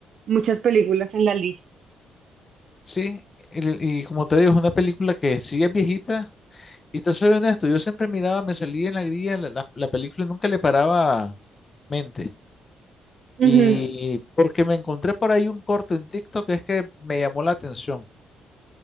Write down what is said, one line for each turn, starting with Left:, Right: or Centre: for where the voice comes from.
Right: muchas películas en la lista.
Left: sí, y, y como te digo, es una película que sí es viejita. Y te soy honesto, yo siempre miraba, me salía en la grilla la, la- la película y nunca le paraba mente.
Right: Ujú.
Left: Y porque me encontré por ahí un corto en TikTok que es que me llamó la atención.